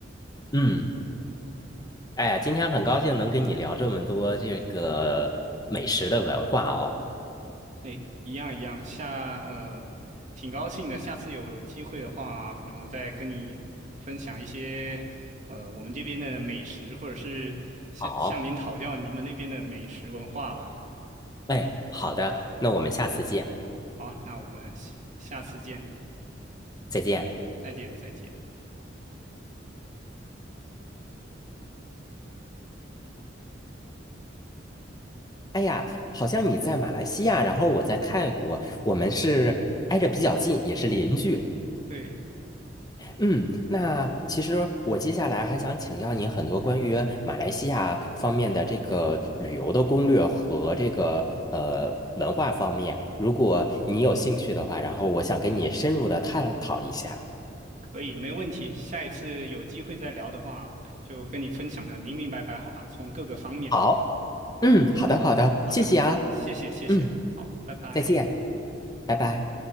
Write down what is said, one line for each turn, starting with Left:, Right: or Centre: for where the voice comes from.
Left: 嗯，哎呀，今天很高兴能跟你聊这么多这个美食的文化哦。
Right: 哎，一样一样，下呃，挺高兴的。下次有机会的话，可能我再跟你分享一些呃我们这边的美食，或者是向向您讨教你们那边的美食文化吧。
Left: 好，哎，好的，那我们下次见，
Right: 好，那我们下下次见，
Left: 再见。
Right: 再见，再见。
Left: 哎呀，好像你在马来西亚，然后我在泰国，我们是挨着比较近，也是邻居。
Right: 对，
Left: 嗯，那其实我接下来还想请教您很多关于马来西亚方面的这个旅游的攻略和这个呃文化方面，如果你有兴趣的话，然后我想跟你深入的探讨一下。
Right: 可以，没问题。下一次有机会再聊的话，就跟你分享的明明白白，好吧？从各个方面。
Left: 好，嗯，
Right: 好，
Left: 好的，好的，
Right: 好的，
Left: 谢谢啊，
Right: 谢谢，谢谢，
Left: 嗯，
Right: 好，拜拜。
Left: 再见，拜拜。